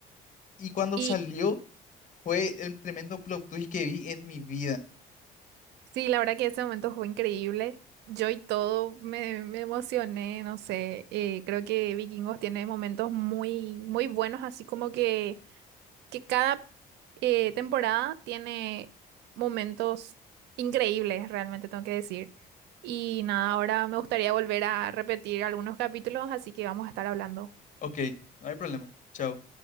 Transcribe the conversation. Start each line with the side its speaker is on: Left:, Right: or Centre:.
Left: Y cuando
Right: Y
Left: salió Fue el tremendo plot twist que vi en mi vida.
Right: Sí, la verdad que ese momento fue increíble. Yo y todo me, me emocioné, no sé. eh, creo que Vikingos tiene momentos muy, muy buenos, así como que, que cada eh, temporada tiene momentos increíbles, realmente tengo que decir. Y nada, ahora me gustaría volver a repetir algunos capítulos, así que vamos a estar hablando.
Left: Ok, no hay problema. Chao.